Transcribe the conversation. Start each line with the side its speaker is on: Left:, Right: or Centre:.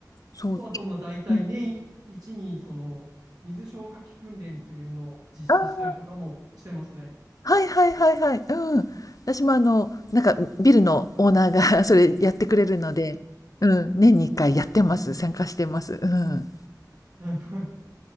Left: そう、
Right: と、あと、まあ、大体年一に、
Left: うん。
Right: その、水消火器訓練というのを実施したりとかもしてますね。
Left: ああ、はいはいはいはい。うん。私もあの、なんか、ビルのオーナーが <laughs> それやってくれるので、うん、年に1回やってます。参加してます。うん。
Right: <laughs>